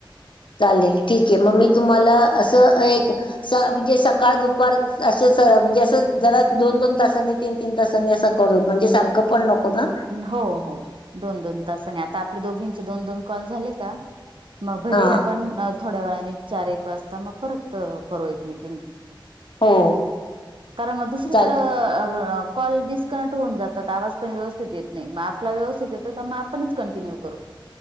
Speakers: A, on the left; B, on the right.
A: चालेल ठीक आहे. मग मी तुम्हाला असं एक... स... म्हणजे सकाळ दुपार असं म्हणजे असं जरा दोन- दोन तासांनी तीन -तीन तासांनी असं... करु म्हणजे सारख... पण नको ना...
B: हो-हो... दोन -दोन तासाने आता आपल्या दोघींचे दोन- दोन कॉल झाले का. मग भले
A: हा
B: आपण थोड्या वेळाने चार एक वाजता मग परत करू एकमेका....
A: हो...
B: खर... मग दुसरीकडं...
A: चालेल.
B: कॉल डिस्कनेक्ट होऊन जातात. आवाज पण व्यवथित येत नाही. मग आपला व्यवस्थित येतो तर मग आपणच कंटिन्यू करू.